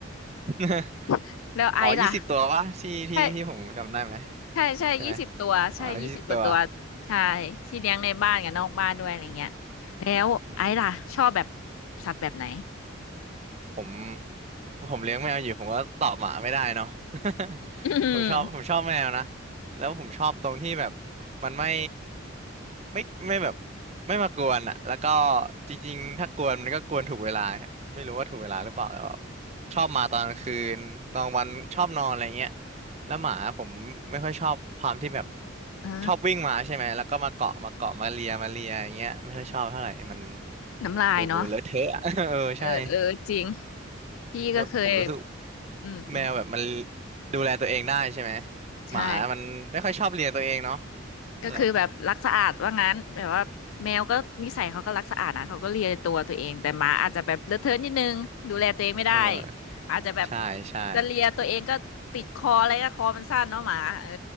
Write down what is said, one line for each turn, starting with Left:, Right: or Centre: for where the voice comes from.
Right: <laughs>
Left: <laughs> แล้วไอซ์ล่ะ
Right: อ๋อยี่สิบตัววะที่ที่ที่ผมจำได้ไหม
Left: ใช่ใช่ใช่ยี่สิบตัวใช่ยี่สิบกว่าตัว
Right: ใช่ไหมอ๋อยี่สิบตัว
Left: ใช่ที่เลี้ยงในบ้านกับนอกบ้านด้วยอะไรเงี้ยแล้วไอ้ล่ะชอบแบบ
Right: อืม
Left: สัตว์แบบไหน
Right: ผม ผมเลี้ยงแมวอยู่ผมก็ตอบหมาไม่ได้เนาะ
Left: อืม
Right: <laughs> ผมชอบผมชอบแมวนะแล้วผมชอบตรงที่แบบมันไม่ไม่ไม่แบบไม่มากวนอ่ะแล้วก็จริงๆถ้ากวนมันก็กวนถูกเวลาไม่รู้ว่าถูกเวลาหรือเปล่าแต่แบบชอบมาตอนกลางคืนตอนวันชอบนอนอะไรเงี้ยแล้วหมาผมไม่ค่อยชอบความที่แบบ
Left: <laughs> อ่า
Right: ชอบวิ่งมาใช่ไหมแล้วก็มาเกาะมาเกาะมาเลียมาเลียอย่างเงี้ยไม่ค่อยชอบเท่าไหร่มัน
Left: น้ำลายเนาะ
Right: ดูเลอะเทอะอะ <laughs> เออใช่
Left: เออเออจริงพี่ก็เคย
Right: แล้วผมรู้สึก
Left: อืมอืม
Right: แมวแบบมันดูแลตัวเองได้ใช่ไหมหมามันไม่ค่อยชอบเลียตัวเองเนาะ
Left: ใช่ก็คือแบบรักสะอาดว่างั้นแบบว่าแมวก็นิสัยเขาก็รักสะอาดนะเขาก็เลียตัวตัวเองแต่หมาอาจจะแบบเลอะเทอะนิดนึงดูแลตัวเองไม่ได้
Right: นั่นแหละเออ
Left: อาจจะแบบ
Right: ใช่ใช่
Left: จะเลียตัวเองก็ติดคออะไรก็คอมันสั้นเนาะหมาเออ